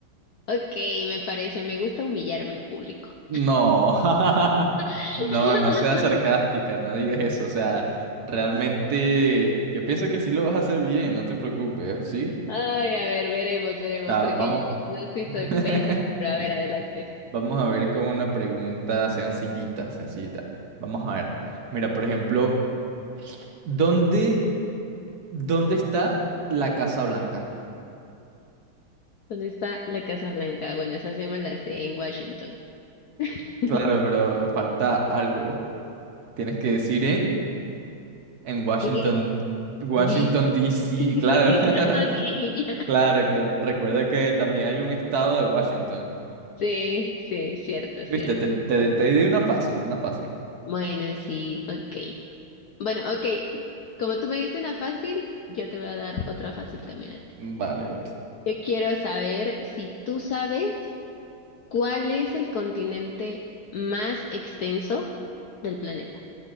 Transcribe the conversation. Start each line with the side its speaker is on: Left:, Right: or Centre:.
Left: Ok, me parece, me gusta humillarme en público.
Right: No, <laughs>
Left: <laughs>
Right: no, no seas sarcástica, no digas eso. O sea, realmente yo pienso que sí lo vas a hacer bien, no te preocupes, ¿sí?
Left: Ay, a ver, veremos, veremos,
Right: Ta-
Left: porque
Right: vamos,
Left: yo me
Right: <laughs>
Left: conozco y soy pésima, pero a ver, adelante.
Right: vamos a ver con una pregunta sencillita, sencillita. Vamos a ver. Mira, por ejemplo, ¿dónde, dónde está la Casa Blanca?
Left: ¿Dónde está la Casa Blanca? Bueno, esa sí me la sé en Washington. <laughs>
Right: Claro, pero falta algo. Tienes que decir en... En Washington,
Left: ¿Eh?
Right: Washington
Left: Dis.
Right: D. C.
Left: <laughs>
Right: claro.
Left: Ok,
Right: <laughs>
Left: ya.
Right: Claro, claro. Recuerda que también hay un estado de Washington.
Left: Sí, sí, cierto,
Right: Viste,
Left: cierto.
Right: te, te, te di una fácil, una fácil.
Left: Bueno, sí, ok. Bueno, ok. Como tú me diste una fácil, yo te voy a dar otra fácil también a ti.
Right: Vale, vale.
Left: Yo quiero saber si tú sabes ¿Cuál es el continente más extenso del planeta?